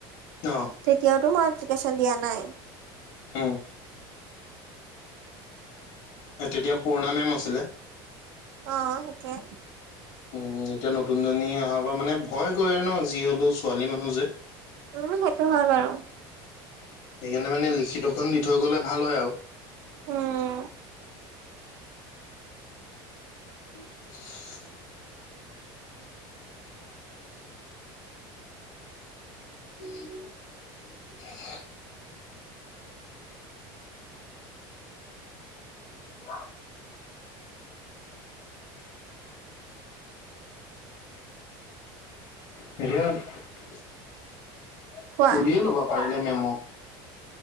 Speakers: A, on the left; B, on the right.
A: অ'।
B: তেতিয়াতো মই এপ্লিকেশ্যন দিয়া নাই।
A: উম। এ তেতিয়া পুৰণা মেম আছিলে।
B: অ' সেইটোৱে।
A: উম, এতিয়া নতুনজনী অহাৰ পৰা মানে ভয় কৰে ন! যি হ'লেও ছোৱালী মানুহ যে।
B: উম, সেইটো হয় বাৰু।
A: সেইকাৰণে মানে লিখিতখন দি থৈ গ'লে ভাল হয় আৰু।
B: উম।
A: <inaudible> <inaudible> <inaudible> হেৰিয়া <inaudible>
B: কোৱা
A: সুধিয়ে ল'বা পাৰিলে মেমক,